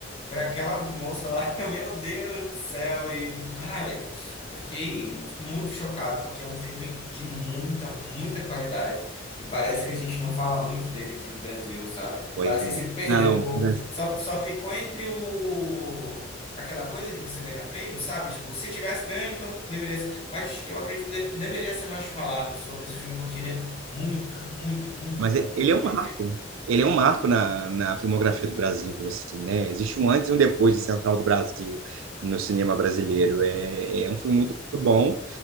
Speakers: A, on the left; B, on the right.
A: para aquela moça lá, <laughs> meu Deus do céu, e ai, eu fiquei muito chocado porque é um filme de muita, muita qualidade e parece que a gente não fala muito dele aqui no Brasil, sabe?
B: pois
A: Parece
B: é.
A: que se perdeu
B: Não,
A: um pouco.
B: mas...
A: Só, só ficou entre o aquela coisa de você ganhar prêmio, sabe? Tipo, se tivesse ganho, então deveria ser. Mas eu acredito que de- que deveria ser mais falado sobre esse filme porque ele é muito, muito, muito
B: Mas
A: bom,
B: e- ele
A: muito
B: é um
A: bem
B: marco.
A: feito.
B: Ele é um marco na, na filmografia do Brasil, assim, né? Existe um antes e um depois de Central do Brasil no cinema brasileiro. É, é um filme muito bom.